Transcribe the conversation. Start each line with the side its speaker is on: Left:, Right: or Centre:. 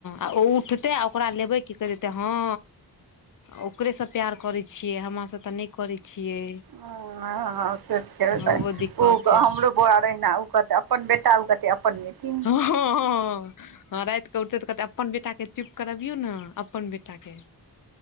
Left: आ ओ उठतै आ ओकरा लेबै की कहि देतै हँ। ओकरेसँ प्यार करै छियै हमरा सँ तऽ नहि करै छियै।
Right: ह- ह से तऽ छेबे करै,
Left: ओहो दिक्कत
Right: ओ
Left: अइ
Right: हमरो बौआ रहै अहिना ओ कहतै अपन बे टा ओ कहतै अपन बेटी।
Left: हँ हँ हँ राति कऽ उठते तऽ कहते अपन बेटाके चुप करबियौ ने। अपन बेटाके